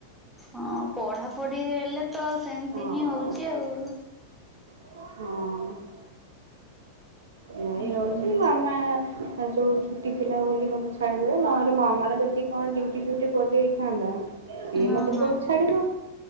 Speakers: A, in the centre; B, on the right.
A: ହଁ ପଢାପଢି ହେଲେ ତ ସେମିତି
B: ହଁ
A: ହିଁ ହଉଚି ଆଉ।
B: ହଁ। ଏଇ
A: ହୁଁ
B: ରହୁଚି ମାମା ଏ ଯଉ ଛୁଟି ଥିଲା ବୋଲି ମୋତେ ଛାଡ଼ିଦେଲେ ନହେଲେ ମାମା ର ଯଦି କଣ ଡ୍ୟୁଟି ଫୁଟି ପଡ଼ିଯାଇଥାନ୍ତା ସିଏ
A: ହଁ
B: ମତେ କୁଆଡୁ
A: ହଁ।
B: ଛାଡିବ।